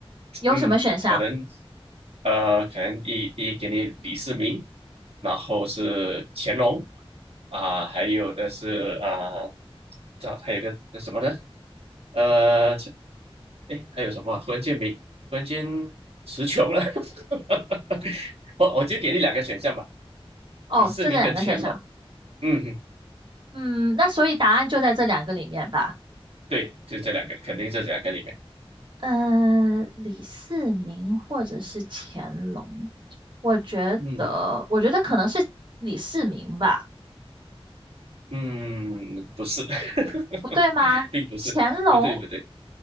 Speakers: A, on the right; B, on the right.
A: 有什么选项？
B: 嗯，可能呃，可能一第一给你李世民，然后是乾隆啊、还有的是啊，这、还有个那什么呢？呃，这哎，还有什么啊？忽然间没，忽然间词穷了。<laughs> 我我就给你两个选项吧，
A: 哦，
B: 李世民跟乾隆。
A: 就这两个选项。
B: 嗯，
A: 嗯，那所以答案就在这两个里面吧。
B: 对，就这两个，肯定是这两个里面。
A: 呃，李世民或者是乾隆，我觉得，
B: 嗯
A: 我觉得可能是李世民吧，
B: 嗯，不是，<laughs>
A: 不对吗？
B: 并不是，
A: 乾隆，
B: 不对不对。